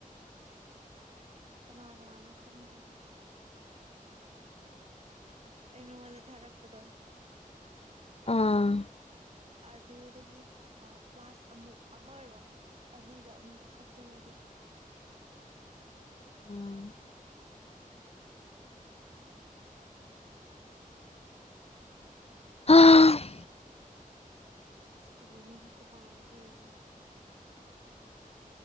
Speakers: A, on the right; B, on the left.
A: ꯀꯅꯥ ꯀꯅꯥꯅꯣ ꯈꯪꯗ꯭ꯔꯦ ꯑꯩ ꯅꯉꯣꯟꯗ ꯊꯔꯛꯄꯗꯣ
B: ꯑꯥ
A: ꯑꯗꯨꯗꯒꯤ ꯑ ꯄ꯭ꯂꯥꯁ ꯑꯃꯨꯛ ꯑꯃꯔꯣ ꯑꯅꯤꯔꯣ ꯑꯃꯨꯛ ꯍꯥꯞꯆꯜꯂꯗꯤ
B: ꯎꯝ <inaudible>
A: ꯏꯁ ꯀꯔꯤꯅꯣ ꯍꯦꯛꯇ ꯄꯥꯕ ꯁꯣꯏꯔꯤꯁꯤꯕꯨ